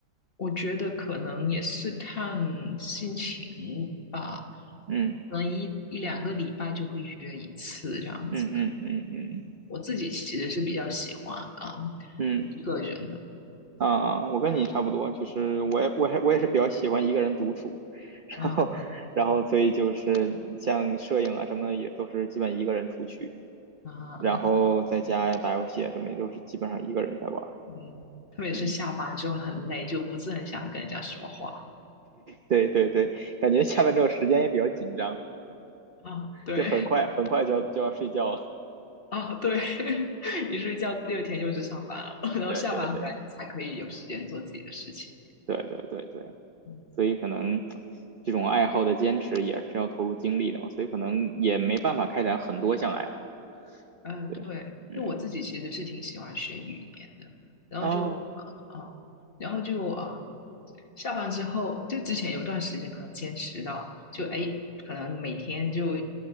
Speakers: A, on the left; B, on the right.
A: 我觉得可能也是看心情吧，
B: 嗯
A: 可能一一两个礼拜就会约一次这样子。
B: 嗯嗯嗯嗯嗯。
A: 我自己其实是比较喜欢啊、嗯
B: 嗯
A: 一个人的，
B: 啊、啊我跟你差不多，就是我也我还我也是比较喜欢一个人独处，<laughs> 然后然后所以就是像摄影啊什么的也都是基本一个人出去，
A: 啊啊
B: 然后在家呀打游戏啊什么也都是基本上一个人在玩儿。
A: 嗯，特别是下班之后很累，
B: 嗯，
A: 就不是很想跟人家说话
B: 对对对，感觉下班之后时间也比较紧张，
A: 啊。对
B: 就很快很快就要就要睡觉了。
A: <laughs> 啊对，<laughs> 一睡觉第二天又是上班了，
B: <laughs>
A: <laughs> 然后下班回来才可以有时间做自己的事情。
B: 对对对对对对对，
A: 嗯
B: 所以可能这种爱好的坚持也是要投入精力的嘛，所以可能也没办法开展很多项爱好。
A: 嗯，
B: 对，
A: 对，
B: 嗯，
A: 因为我自己其实是挺喜欢学语言的，然后就
B: 哦。
A: 啊，然后就嗯，下班之后，就之前有段时间可能坚持到，就哎，诶可能每天就